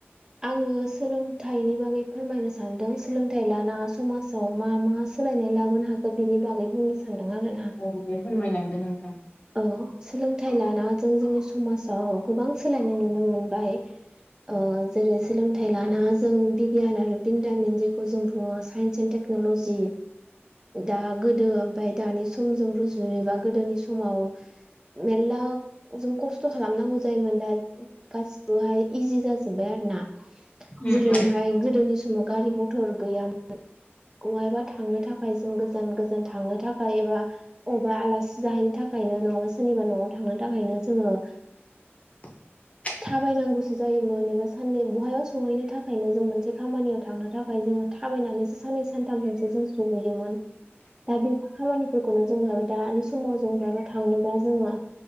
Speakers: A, on the right (about 15°); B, on the left (about 30°).
A: आङो सोलोंथाइनि बागै फोरमायनो सानदों सोलोंथाइ लाना समाजाव मा मा सोलायनाय लाबोनो हाखो बिनि बागै बुंनो सानदों आरोना
B: औ दे फोरमायलांदो नोंथां
A: औ सोलोंथाइ लाना जों जोंनि समाजाव गोबां सोलायनाय नुनो मोनबाय ओ जेरै सोलोंथाइ लाना जों बिगियान आरो बिन्दामिन जेखौ जों बुङो साइन्स एन्ट टेक- नलजि दा गोदो ओमफ्राय दानि समजों रुजुयोबा गोदोनि सम समाव मेनला जों खस्थ' खालामनांगौ जायोमोन दा गासिबोहाय इजि जाजोबबाय आरो ना
B: उम
A: जेरैहाय
B: औ
A: गोदोनि समाव गारि म- मटर गैयामोन बहायबा थांनो थाखाय जों गोजान गोजान थांनो थाखाय एबा बबेबा आलासि जाहैनो थाखायनो नङाबा सोरनिबा न'आव थांनो थाखायनो जोङो
B: <inaudible>
A: थाबायनांगौसो जायोमोन एबा साननै बहायबा सहैनो थाखायनो जों मोनसे खामानियाव थांनो थाखाय जोङो थाबायनानैसो साननै सानथामजोंसो जों सहैयोमोन। दा बेफोर खामानिफोरखौनो जों बहायबा दानि समाव जों बहाबा थांनोबा जोङो